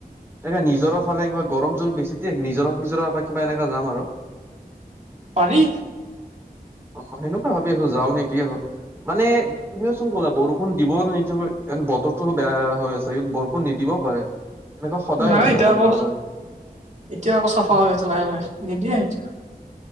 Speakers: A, on the right (about 15°); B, on the right (about 45°).
A: <unintelligible> নিজৰা ফালে কিবা গৰম জত বেছি দিয়ে নিজৰা-ফিজৰা বা কিবা এনেকা যাম আৰু।
B: পাৰি।
A: অ', সেনেকুৱা ভাবি আছো যাও নেকি আৰু মানে তুমিও চোন কলা বৰষু। বৰষুণ দিব নে নিদিব এনে বতৰটো বেয়া হৈ আছে কি বৰষুণ নিদিবও পাৰে। এনেকুৱা সদায়
B: নাই
A: হৈছে
B: এতিয়া
A: আমাৰ
B: আকৌ
A: ইফালে
B: এতিয়া আকৌ চাফা হৈ‌ আছে লাহে লাহে নিদিয়ে এতিয়া।